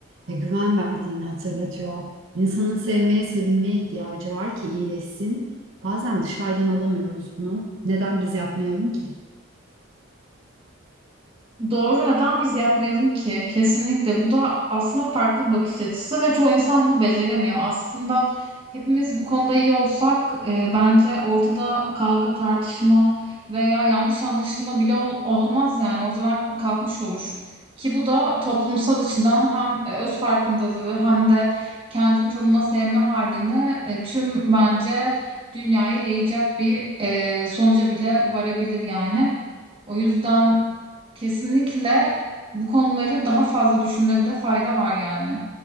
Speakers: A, on the right; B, on the right.
A: e, güven verdiğini hatırlatıyor. İnsanın sevmeye, sevilmeye ihtiyacı var ki iyileşsin. Bazen dışarıdan alamıyoruz bunu. Neden biz yapmayalım ki?
B: Doğru neden biz yapmayalım ki? Kesinlikle bu da aslında farklı bir bakış açısı ve çoğu insan bunu beceremiyor. Aslında hepimiz bu konuda iyi olsak e, bence ortada kavga, tartışma veya yanlış anlaşılma bile ol- olmaz yani ortadan kalkmış olur. Ki bu da toplumsal açıdan hem e, öz farkındalığı hem de kendini tanıma sevme halini e, tüm bence dünyaya yayacak bir e, sonuca bile varabilir yani. O yüzden Kesinlikle bu konuları daha fazla düşünmede fayda var yani.